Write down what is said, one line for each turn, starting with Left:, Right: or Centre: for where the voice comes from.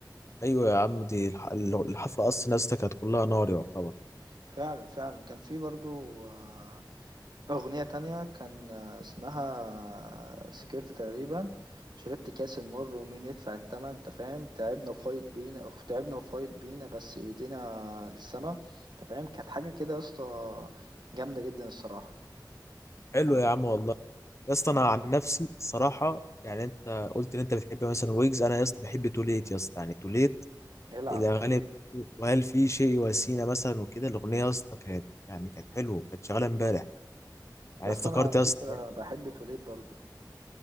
Left: ايوه يا عم دي الح- الحفله اصلا يا اسطى كانت كلها نار يعتبر
Right: فعلا فعلا كان في برضو آه، أغنية تانية كان آه، اسمها سكرت تقريبا شربت كاس المر ومين يدفع التمن انت فاهم تعبنا وفايت بينا أو تعبنا وفايت بينا بس ايدينا للسما انت فاهم كانت حاجة كده يا اسطى جامدة جدا الصراحة
Left: حلو
Right: يعني
Left: يا عم والله يا اسطى
Right: كان
Left: انا عن نفسي الصراحه يعني انت قلت ان انت بتحب مثلا ويجز انا يا اسطى بحب توليت يا اسطى يعني توليت
Right: يلعب
Left: الاغاني بتاعته، وهل في شيء وسيله مثلا وكده الاغنيه يا اسطى كانت يعني كانت حلوه كانت شغاله امبارح يعني
Right: يا اسطى
Left: افتكرت
Right: انا على
Left: يا
Right: فكرة
Left: اسطى
Right: بحب توليد برضو